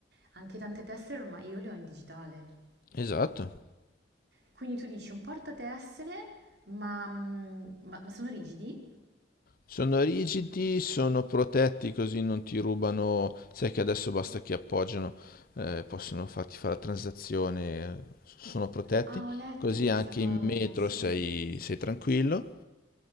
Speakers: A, on the right; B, on the left.
A: anche tante tessere ormai io le ho in digitale.
B: Esatto.
A: Quindi tu dici un portatessere, ma, mm, ma ma sono rigidi?
B: Sono rigidi, sono protetti così non ti rubano. Sai che adesso basta che appoggiano, eh, possono farti fare la transazione, eh, sono protetti.
A: Ah, ho letto
B: Così
A: di questa
B: anche
A: cosa,
B: in metro
A: sì.
B: sei sei tranquillo.